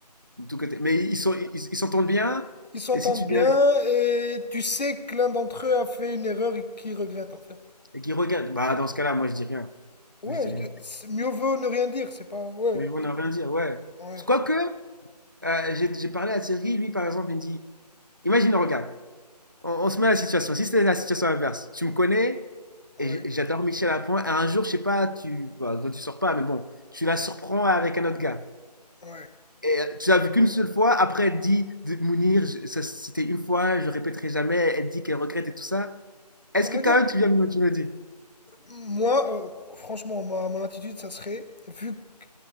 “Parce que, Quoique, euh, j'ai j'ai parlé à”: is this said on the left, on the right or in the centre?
Right